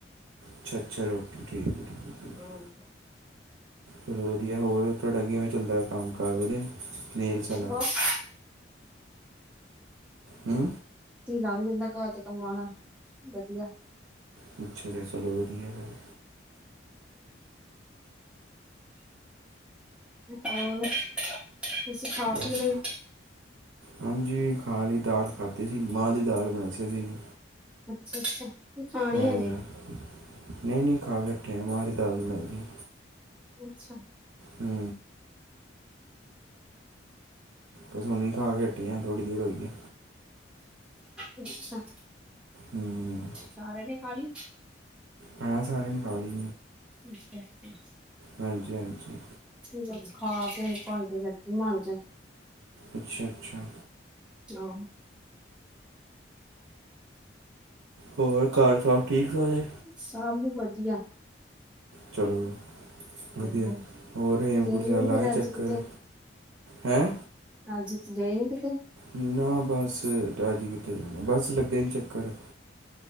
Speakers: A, on the right; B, in the centre.
A: ਅੱਛਾ-ਅੱਛਾ ਰੋਟੀ ਦੇਰੀ ਠੀਕ। ਹੈ। ਠੀਕ
B: <unintelligible>
A: ਹੈ। ਚਲੋ ਵਧੀਆ ਹੋਰ ਤੁਹਾਡਾ ਕਿਵੇਂ ਚੱਲਦਾ ਕੰਮ ਕਾਰ ਵਧੀਆ। ਨੇਲਸ ਵਾਲਾ
B: ਬੱਸ।
A: ਹੂੰ।
B: ਦੀ ਲੰਘ ਜਾਂਦਾ ਘਰ ਦੇ ਕੰਮਾਂ ਨਾਲ ਵਧੀਆ।
A: ਪੁੱਛ ਲਿਆ ਚਲੋ ਵਧੀਆ ਫੇਰ।
B: ਹੋਰ ਤੁਸੀ ਖਾ
A: ਬਸ
B: ਪੀ ਲਈ।
A: ਹਾਂਜੀ ਖਾਲੀ ਦਾਲ ਖਾਧੀ ਸੀ ਮਾਂਹ ਦੀ ਦਾਲ ਬਣਾਈ ਸੀ ਅਸੀਂ ਵੀ।
B: ਅੱਛਾ ਅੱਛਾ ਤੇ ਖਾਣੀ
A: ਹਾਂ
B: ਹਜੇ।
A: ਨਹੀਂ ਨਹੀਂ ਖਾ ਬੈਠੇ ਆ ਮਾ ਦੀ ਦਾਲ ਬਣਾਈ ਸੀ।
B: ਅੱਛਾ।
A: ਹੂੰ। ਬਸ ਹੁਣੇ ਹੀ ਖਾ ਕੇ ਹਟੀ ਆ ਥੋੜੀ ਦੇਰ ਹੋਈ ਏ।
B: ਅੱਛਾ
A: ਹੂੰ
B: ਸਾਰਿਆਂ ਨੇ ਖਾਲੀ।
A: ਹਾਂ ਸਾਰਿਆਂ ਨੇ ਖਾਲੀ।
B: ਅੱਛਾ ਅੱਛਾ।
A: ਹਾਂਜੀ ਹਾਂਜੀ।
B: ਹੂੰ ਖਾ ਕੇ ਭਾਂਡੇ ਲੱਗੀ ਮੰਜਣ।
A: ਅੱਛਾ ਅੱਛਾ।
B: <unintelligible>
A: ਹੋਰ ਘਰ ਸਭ ਠੀਕ ਸਾਰੇ।
B: ਸਭ ਵਧੀਆ।
A: ਚਲੋ ਵਧੀਆ
B: ਹੂੰ।
A: ਹੋਰ ਹੇਮ
B: ਗਏ
A: ਕੁੰਡ ਸਾਹਿਬ
B: ਨੀ
A: ਲਾ
B: ਫਿਰ
A: ਆਏ ਚੱਕਰ।
B: ਅੱਜ ਕਿਤੇ
A: ਹੈਂ।
B: ਅੱਜ ਤੇ ਗਏ ਨੀ ਕਿਤੇ।
A: ਨਾ ਬੱਸ ਡਾਜੀ ਕਿੱਥੇ ਜਾਣਾ ਬੱਸ ਲੱਗਿਆ ਈ ਨੀ ਚੱਕਰ।